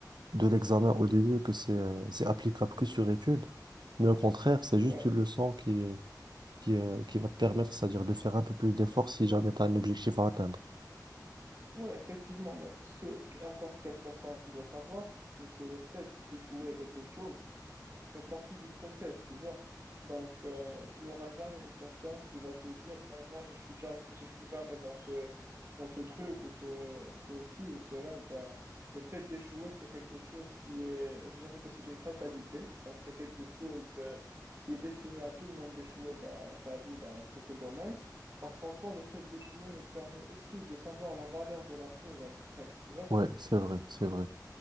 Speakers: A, on the right; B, on the right.
A: de l'examen au début que c'est euh, c'est applicable que sur étude, mais au contraire, c'est juste
B: ouais,
A: une leçon qui, est- qui, euh, qui va te permettre, c'est-à-dire de faire un peu plus d'efforts si jamais tu as un objectif à atteindre.
B: ouais, effectivement, mais ce que que n'importe quelle personne doit savoir, c'est que le fait d'échouer à quelque chose, fait partie du process, tu vois. Donc, euh, il n'y aura jamais une personne qui va te dire, Eh, moi, j'échoue jamais, j'échoue jamais dans ce, dans ce truc ou ce, ceci ou cela. Bah, le fait d'échouer, c'est quelque chose qui est, je dirais que c'est une fatalité. Donc, c'est quelque chose euh, qui est destiné à tout le monde d'échouer dans sa vie, dans quelques domaines. Parce qu'en soi, le fait d'échouer nous permet aussi de savoir la valeur de la chose après, tu vois.
A: Ouais, c'est vrai, c'est vrai.